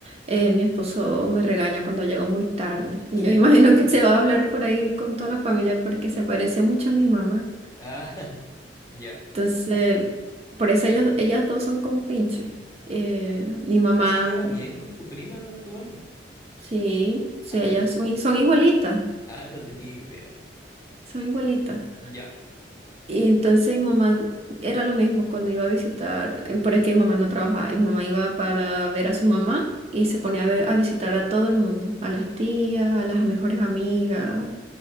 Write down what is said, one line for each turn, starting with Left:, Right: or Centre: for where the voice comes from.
Right: eh, mi esposo me regaña cuando llego muy tarde. Y
Left: chu.
Right: Yo <laughs> imagino que se va a hablar por ahí con toda la familia porque se parece mucho a mi mamá.
Left: Ah, <laughs> ya.
Right: Entonces, por eso ellas, ellas dos son compinches. Eh, mi mamá,
Left: ¿Ah, se lleva bien con tu prima, tu mami?
Right: sí, sí,
Left: Ah,
Right: ellas son, i- son igualitas,
Left: <laughs> ah, no tenía idea.
Right: son igualitas.
Left: Ya,
Right: Y entonces mi mamá era lo mismo cuando iba a visitar, eh, pero es que mi mamá no trabajaba, mi mamá iba para ver a su mamá y se ponía a, ver- a visitar a todo el mundo, a las tías, a las mejores amigas,